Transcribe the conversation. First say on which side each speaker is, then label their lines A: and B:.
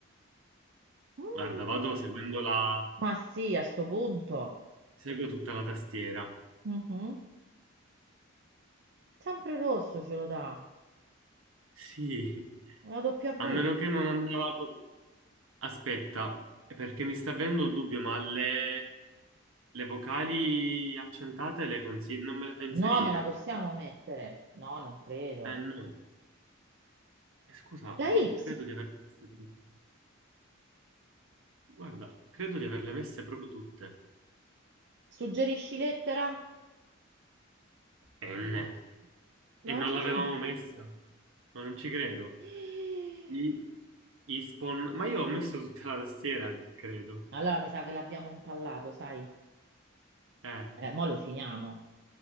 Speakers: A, on the right; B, on the right.
A: Mm,
B: Guarda, vado seguendo la...
A: ma sì, a sto punto.
B: seguo tutta la tastiera.
A: Mhm. Sempre rosso ce lo dà.
B: Sì,
A: La W.
B: a meno che non andava... co- Aspetta, perché mi sta venendo il dubbio, ma le, le vocali accentate le consi- non me le fa inserire?
A: No, non la possiamo mettere. No, non credo.
B: Eh no, Eh, scusa,
A: La
B: ma
A: Y.
B: credo di averle messe tutte. Guarda, credo di averle messe proprio tutte.
A: Suggerisci lettera?
B: N.
A: No, L'avevamo
B: E non l'avevamo
A: messa.
B: messa, ma non ci credo.
A: Eh,
B: I... Ispon... Ma io ho messo tutta la tastiera, credo.
A: Allora mi sa che l'abbiamo impallato, sai?
B: Eh,
A: Eh, mo lo finiamo.